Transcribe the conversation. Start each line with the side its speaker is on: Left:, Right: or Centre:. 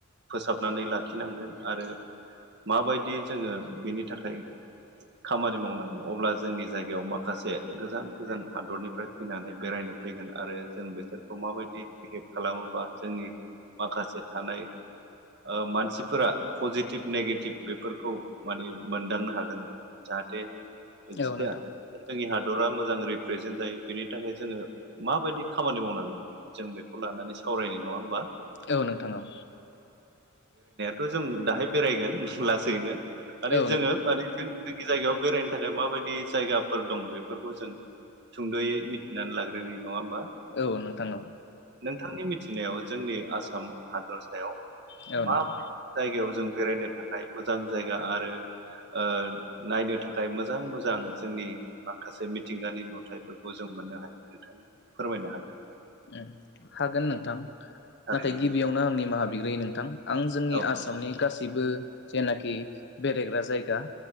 Right: फोसाबनानै लाखिनांगोन आरो माबायदि जोङो बेनि थाखाय खामानि मावनांगोन अब्ला जोंनि जायगायाव माखासे गोजान गोजान हादरनिफ्राय फैनानै बेरायनाय फैगोन आरो जों बिसोरखौ माबायदि बिहेभ खालामोबा जोंनि माखासे थानाय ओ मानसिफोरा पजिटिभ नेगेटिभ बेफोरखौ माने मोनदांनो हागोन जाहाथे जोंनि
Left: औ नोंथां
Right: ह हादरा मोजां रिप्रेजेन्ट जायो बेनि थाखाय जोङो माबायदि खामानि मावनांगोन जों बेखौ लानानै सान सावरायनो नङा होमबा?
Left: औ नोंथां औ
Right: थ'जों दाहाय बेरायगोन लासैनो माने
Left: औ
Right: जोङो माने जायगायाव बेरायनो थाखाय माबायदि जायगाफोर दं बेफोरखौ जों सुंद'यै मिथिनानै लाग्रोनि नङा होमबा?
Left: औ नोंथां औ।
Right: नोंथांनि मिथिनायाव जोंनि आसाम हादर सायाव
Left: औ
Right: मा
Left: नोंथां
Right: मा जायगायाव जों बेरायनो था खाय मोजां जायगा आरो ओ नायनो थाखाय मोजां मोजां जोंनि माखासे मिथिंगानि नुथायफोरखौ जों मोननो हायो नोंथां फोरमायनो हागोन।
Left: उम हागोन नोंथां
Right: थारैनो
Left: नाथाय गिबियावनो आं निमाहा बिग्रोयो नोंथां। आं जोंनि
Right: औ
Left: आसामनि गासैबो जेनाखि बेरायग्रा जायगा